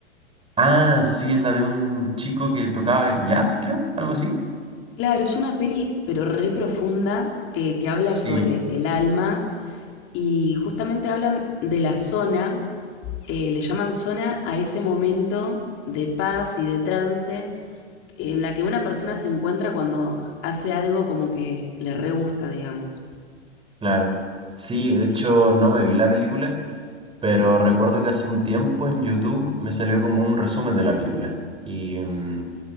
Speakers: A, on the right (about 15°); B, on the left (about 35°).
A: Ah, sí, es la de un chico que tocaba jazz, creo, algo así.
B: Claro, es una peli, pero re profunda, eh, que habla
A: Sí,
B: sobre el alma y justamente hablan de la zona, eh, le llaman zona a ese momento de paz y de trance en la que una persona se encuentra cuando hace algo como que le re gusta, digamos.
A: claro. Sí, de hecho no me vi la película, pero recuerdo que hace un tiempo en YouTube me salió como un resumen de la película. Y, mm,